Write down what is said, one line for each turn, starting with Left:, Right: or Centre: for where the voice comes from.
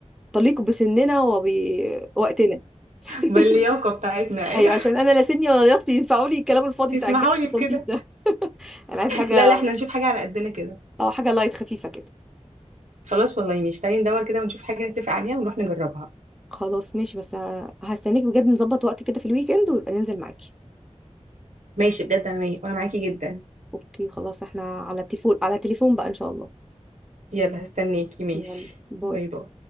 Centre: تليق بسننا وبوقتنا
Right: باللياقه
Centre: <laughs>
Right: بتاعتنا ايوه
Centre: ايوه عشان انا لا سني ولا لياقتي ينفعوا لي الكلام الفاضي بتاع
Right: اسمحوا
Centre: الجري
Right: لي
Centre: في التنطيط
Right: بكده
Centre: ده انا عايز حاجة
Right: لا لا احنا نشوف حاجه على قدنا كده
Centre: اه حاجة لايت خفيفة كده
Right: خلاص والله ماشي تعالي ندور كده ونشوف حاجه نتفق عليها ونروح نجربها
Centre: خلاص ماشي بس ه- هستناك بجد نظبط وقت كده في الويك اند وننزل معاكي
Right: ماشي بجد انا وانا معاكي جدا
Centre: اوكي خلاص احنا على تليفون على تليفون بقى ان شاء الله
Right: يلا هستناكي ماشي
Centre: يلا باي
Right: باي باي